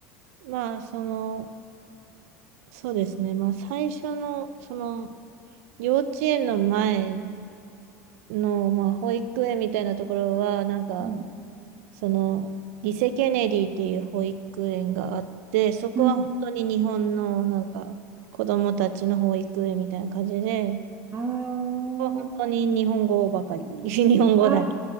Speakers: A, on the right; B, on the right.
A: まあ、その、そうですね。まあ、最初の、その、幼稚園の前の、まあ、保育園みたいなところは、なんか、
B: うん。
A: その、リセ・ケネディっていう保育園があって、そこは本当に日本の、
B: うん
A: なんか、子供たちの保育園みたいな感じで、
B: あー
A: ここは本当に日本語ばかり、<laughs> 日本語だけ。
B: あ